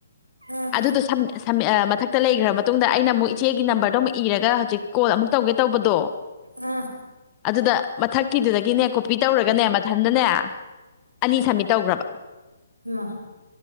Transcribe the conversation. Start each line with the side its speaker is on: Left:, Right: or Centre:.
Right: ꯑꯥ
Left: ꯑꯗꯨꯗꯣ ꯁꯝ ꯁꯝ ꯑ ꯃꯊꯛꯇ ꯂꯩꯈ꯭ꯔꯕ ꯃꯇꯨꯡꯨꯡꯗ ꯑꯩꯅ ꯑꯃꯨꯛ ꯏꯆꯦꯒꯤ ꯅꯝꯕꯔꯗꯣ ꯑꯃꯨꯛ ꯏꯔꯒ ꯍꯧꯖꯤꯛ ꯀꯣꯜ ꯑꯃꯨꯛ ꯇꯧꯒꯦ ꯇꯧꯕꯗꯣ
Right: ꯑꯥ
Left: ꯑꯗꯨꯗ ꯃꯊꯛꯀꯤꯗꯨꯗꯒꯤꯅꯦ ꯀꯣꯄꯤ ꯇꯧꯔꯒꯅꯦ ꯃꯊꯟꯗꯅꯦ ꯑꯅꯤ ꯁꯃꯤꯠ ꯇꯧꯈ꯭ꯔꯕ
Right: ꯏꯃ